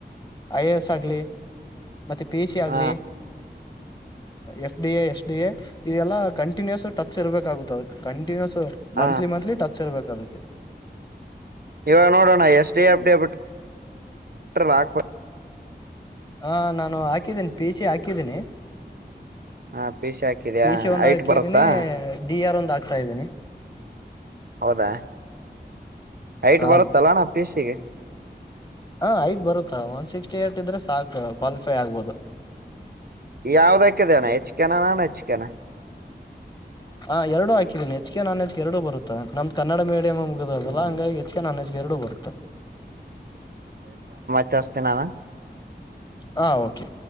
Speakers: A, on the left; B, on the right.
A: ಐ ಎ ಎಸ್ ಆಗ್ಲಿ ಮತ್ತೆ ಪಿ ಎಚ್ ಸಿ ಆಗ್ಲಿ
B: ಹ
A: F D A S D A ಇದೆಲ್ಲ ಕಂಟಿನ್ಯೂಸ್ ಟಚ್ಸ್ ಇರ್ಬೇಕಾಗುತ್ತ ಅದಕ್ಕೆ ಕಂಟಿನ್ಯೂಸ್
B: ಹ
A: ಮಂತ್ಲಿ ಮಂತ್ಲಿ ಟಚ್ ಇರ್ಬೇಕದಕ್ಕೆ
B: ಇವಾಗ ನೋಡೋಣ ಎಷ್ಟಡಿ ಅಪ್ಡೇ ಬಟ್ ಹಾಕ್
A: ಹಾ ನಾನು ಹಾಕಿದ್ದೀನಿ ಪಿ ಸಿ ಹಾಕಿದ್ದೀನಿ
B: ಹ ಪಿ ಸಿ ಹಾಕಿದ್ಯಾ
A: ಪಶೆ ಒಂದಕದಿನಿ
B: ಐಟ್ ಬರುತ್ತಾ
A: ಡಿ ಆರ್ ಒಂದ ಆ್ತ ಇದ್ದೀನಿ
B: ಹೌದಾ ಐಟ್
A: ಹ
B: ಬರುತ್ತಲ್ಲಣ್ಣ ಪೀಸಿಗೆ
A: ಹ ಐಟ್ ಬರುತ್ತಾ ಒನ್ ಸಿಕ್ಸ್ಟಿ ಏಟ್ ಇದ್ರೆ ಸಾಕು ಕ್ವಾಲಿಫೈ ಆಗ್ಬೋದು
B: ಯಾವದಕ್ಕಿದೆನ ಹೆಚ್ಕನ ನಾನು ಹೆಚ್ಕನ
A: ಹಾ ಎರಡು ಹಾಕಿದ್ದೀನಿ ಎಚ್ ಕೆ ನಾಲೆಜ್ಗೆ ಎರಡು ಬರುತ್ತ ನಮ್ನಡ ಮೀಡಿಯಮ್ ಮುಗಿದಲ್ಲ
B: ಹ್ಮ್
A: ಹಂಗಾಗಿ ಹೆ ಎಚ್ ಕೆ ನಾನೆಜ್ ಎರಡು ಬರುತ್ತೆ
B: ತ ನಾನ
A: ಹಾ ಓಕೆ